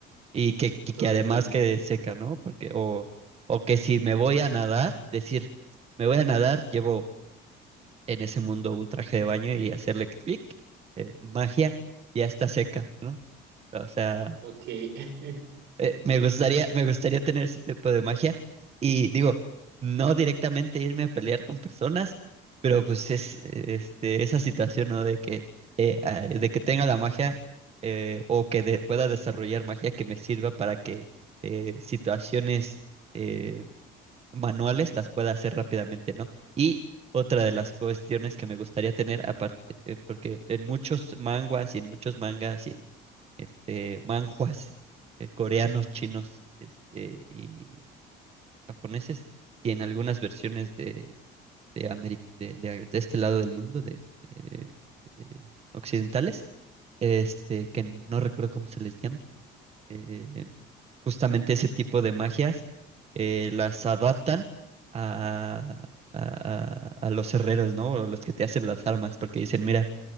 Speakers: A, on the right (about 35°); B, on the right (about 70°).
A: y que, y que
B: Ok,
A: además quede seca, ¿no? Porque, o, o que si me voy a nadar, decir, me voy a nadar, llevo en ese mundo un traje de baño y hacerle clic, eh, magia, ya está seca, ¿no? O sea,
B: ok. <laughs>
A: eh, me gustaría, me gustaría tener ese tipo de magia y digo, no directamente irme a pelear con personas, pero pues es este, esa situación, ¿no? De que, eh, ah, de que tenga la magia eh, o que de- pueda desarrollar magia que me sirva para que eh, situaciones eh, manuales las pueda hacer rápidamente, ¿no? Y otra de las cuestiones que me gustaría tener aparte, eh, porque en muchos manguas y en muchos mangas y en este, manhwas eh, coreanos, chinos este, y japoneses, y en algunas versiones de, de, Ameri- de, de- de este lado del mundo, de, de- de occidentales, este, que no recuerdo cómo se les llama eh, justamente ese tipo de magias, eh, las adaptan a, a- a- a los herreros, ¿no? O los que te hacen las armas, porque dicen, mira,